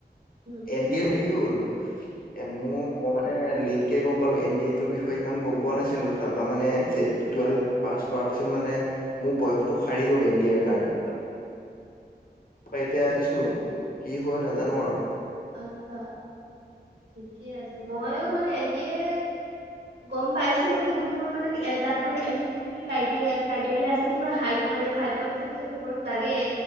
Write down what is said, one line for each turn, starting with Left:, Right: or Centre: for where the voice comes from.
Right: উম,
Left: এন ডি এত হেৰি হ'ল।
Right: <unintelligible>
Left: এ মোৰ মই মানে লেট কে গম পালো এন ডি এৰ বিষয়ে ইমান গম পোৱা নাছিলো। তাপা মানে যে টুৱেলভ পাছ কৰাৰ পিছত মানে মোৰ বয়সটো সাৰি গ'ল এন ডি এ ৰ কাৰণে। তাপা এতিয়া ভাবিছো,
Right: অ
Left: কি হয় নাজানো আৰু।
Right: আচ্ছা। ঠিকে আছে মইও মানে এতিয়াই গম পাইছো কিন্তু মোৰ মানে এ তাত মানে এলিজিবিলিতী কাইটিয়া ফ্লাইটেৰিয়া আছে। কিবা হাইত মানে ফাইভ পইন্ট ছিক্স ৰ উপৰত লাগে।